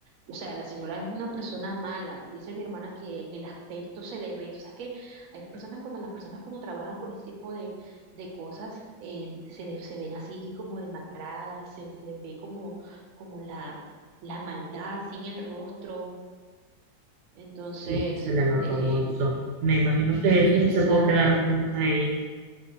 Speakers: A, on the right; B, on the right.
A: o sea, la señora es una persona mala, dice mi hermana que en el aspecto se le ve, o sea, que hay personas cuando las personas cuando trabajan con ese tipo de, de cosas eh, se, les- se ven así como demacradas, se, se les ve como, como la, la maldad sin el rostro, entonces...
B: sí, se le nota
A: eh,
B: un montón. Me imagino que eso
A: Exacto.
B: se tuvo que dar cuenta a ella